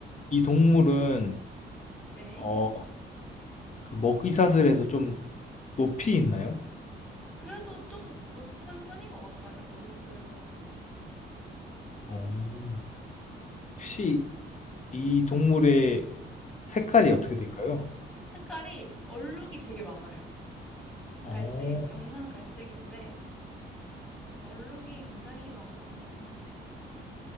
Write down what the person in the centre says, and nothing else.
네.
그래도 좀 높은 편인 것 같아요, 먹이사슬에서.
색깔이 얼룩이 되게 많아요.
갈색, 연한 갈색인데, 얼룩이 굉장히 많은